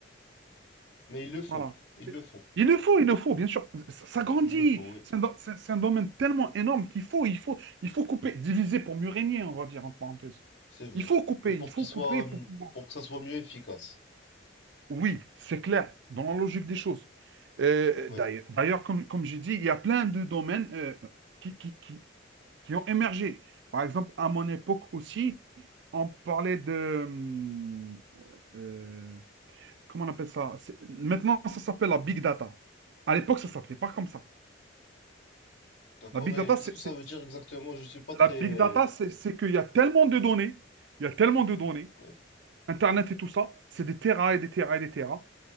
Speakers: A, on the left (about 65°); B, on the right (about 65°).
A: Mais il le faut.
B: Voilà.
A: Il le faut.
B: Il le faut, il le faut, bien sûr. Ça, ça grandit.
A: Il le faut, oui.
B: C'est un, c'est un domaine tellement énorme qu'il faut, il faut, il faut couper, diviser pour mieux régner, on va dire en parenthèse.
A: C'est vrai.
B: Il faut couper,
A: Et pour
B: il faut
A: qu'il soit,
B: couper pour pouvoir
A: pour que ça soit mieux efficace.
B: Oui, c'est clair, dans la logique des choses. Euh, d'ailleurs,
A: Ouais,
B: d'ailleurs, comme, comme j'ai dit, il y a plein de domaines euh, qui, qui, qui- qui ont émergé. Par exemple, à mon époque aussi, on parlait de... hum, euh, comment on appelle ça? C'est- Maintenant, ça s'appelle la big data. À l'époque, ça ne s'appelait pas comme ça.
A: d'accord.
B: La big data,
A: Et qu'est-ce
B: c'est,
A: que
B: c'est-
A: ça veut dire exactement? Je suis pas
B: la
A: très...
B: big data, c'est c'est qu'il y a tellement de données, il y a tellement de données,
A: Ouais,
B: Internet et tout ça, c'est des terras et des terras et des terras.